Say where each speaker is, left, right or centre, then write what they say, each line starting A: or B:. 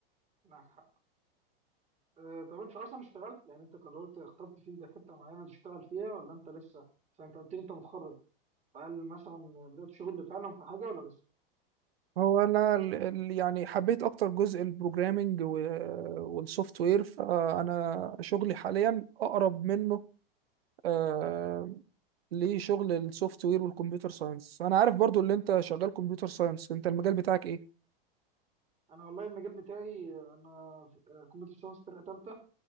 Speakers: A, on the right; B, on the right.
A: معاك حق. آه، طب انت اصلا اشتغلت يعني انت قررت اخترت فين ده حته معينه تشتغل فيها ولا انت لسه عشان انت قلت لي انت متخرج فهل مثلا بدات شغل فعلا في حاجه ولا لسه
B: هو انا ال- ال- يعني حبيت اكتر جزء البروجرامينج والسوفت وير فانا شغلي حاليا اقرب منه آه، لشغل السوفت وير والكمبيوتر ساينس انا عارف برضو اللي انت شغال كمبيوتر ساينس انت المجال بتاعك ايه
A: انا والله المجال بتاعي آه، انا في- آه، كمبيوتر ساينس فرقه ثالثه